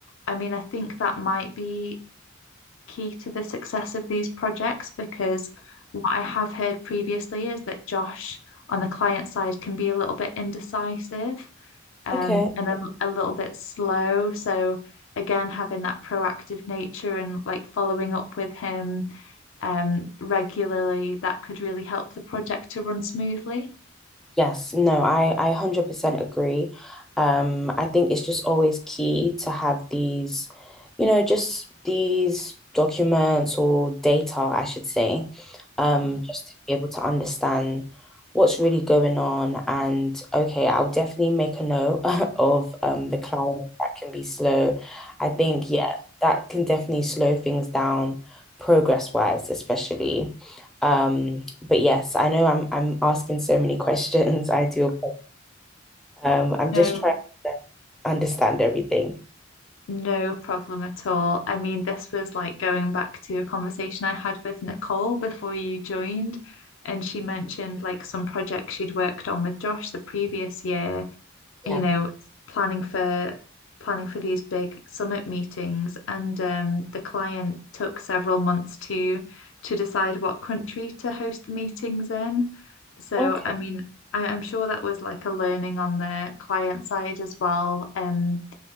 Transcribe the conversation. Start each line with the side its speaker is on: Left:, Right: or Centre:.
Left: I mean, I think that might be key to the success of these projects because what I have heard previously is that Josh on the client side can be a little bit indecisive um,
Centre: Okay.
Left: and a, a little bit slow. So, again, having that proactive nature and like following up with him um, regularly, that could really help the project to run smoothly.
Centre: Yes, no, I I 100% agree. Um, I think it's just always key to have these, you know, just these documents or data, I should say, um,
Left: Mm.
Centre: just to be able to understand what's really going on. And okay, I'll definitely make a note <laughs> of um the client that can be slow. I think,
Left: <laughs>
Centre: yeah, that can definitely slow things down progress-wise, especially. Um, but yes, I know I'm I'm asking so many <laughs> questions. I do. Um, I'm
Left: No,
Centre: just trying to um, understand everything.
Left: No problem at all. I mean, this was like going back to a conversation I had with Nicole before you joined, and she mentioned like some projects she'd worked on with Josh the previous year,
Centre: Yeah.
Left: you know, planning for planning for these big summit meetings, and um, the client took several months to to decide what country to host the meetings in. So,
Centre: Okay.
Left: I mean, I, I'm sure that was like a learning on the client side as well. Um,